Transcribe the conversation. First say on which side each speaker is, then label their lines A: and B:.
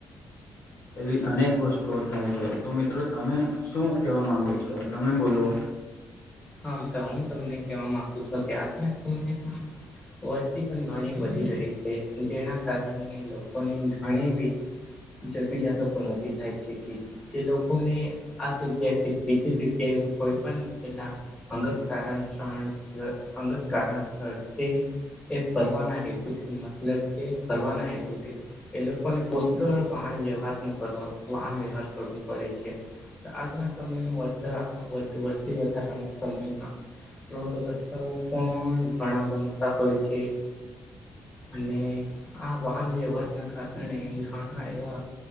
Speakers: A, on the left; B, on the left.
A: એવી અનેક વસ્તુઓ થાય છે તો મિત્રો તમે શું કેવા માંગો છો? તમે બોલો.
B: હા તો હું તમને કહેવા માગું છું કે આજના સમય પણ વસ્તી પણ ઘણી વધી રહી છે જેના કારણે લોકોની ઘણીવી જો તી જાતો બી ઉભી થાય છે કે જે લોકોને આ જગ્યાથી બીજી જગ્યાએ કોઈ પણ એલા અંગત કારણસણ ર અંગત કારણસર તે એ ફરવાના હેતુથી મતલબ કે ફરવાના હેતુથી એ લોકોને પુષ્કળ વાહન વ્યવહાર ન કરવા વાહન વ્યવહાર કરવું પડે છે. આજના સમયમાં વધ વધું વસ્તી વધારાનું સમયના રોડ રસ્તાઓ પણ ઘણા બનતા હોય છે. અને આ વાહન વ્યવહાર ના કારણે ઘણા એવા